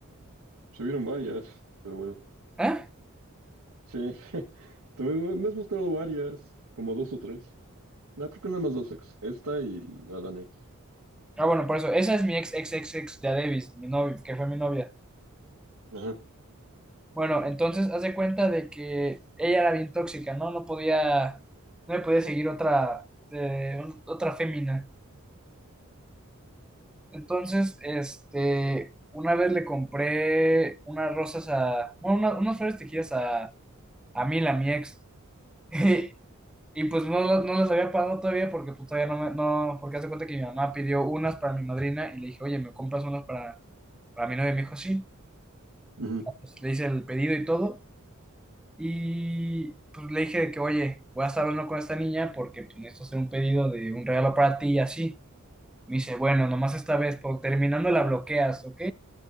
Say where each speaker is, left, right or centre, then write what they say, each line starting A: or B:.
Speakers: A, on the right; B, in the centre.
A: Se vieron varias, pero bueno.
B: ¿Eh?
A: Sí, <laughs> también me me has mostrado varias, como dos o tres. No, creo que nada más dos ex. Esta y la danés.
B: Ah, bueno, por eso, esa es mi ex, ex, ex, ex, ya Davis, mi novia, que fue mi novia.
A: Ajá.
B: Bueno, entonces haz de cuenta de que ella era bien tóxica, ¿no? No podía, no me podía seguir otra, eh, un- otra fémina. Entonces, este, una vez le compré unas rosas a, bueno, una- unas flores tejidas a, a Mila, mi ex, <laughs> y, y pues no, las- no las había pagado todavía porque pues todavía no me, no, porque hace cuenta que mi mamá pidió unas para mi madrina y le dije, oye, ¿me compras unas para, para mi novia? Y me dijo, sí,
A: ujú.
B: Pues, le hice el pedido y todo, y pues le dije de que, oye, voy a estar hablando con esta niña porque pues, necesito hacer un pedido de un regalo para ti y así. Me dice, bueno, nomás esta vez, por terminando la bloqueas, ¿ok?